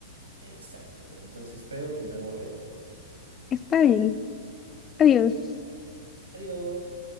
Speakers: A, on the right; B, on the left.
A: Exacto, Fer. Entonces, espero tu nuevo reto.
B: Está bien. Adiós.
A: Adiós.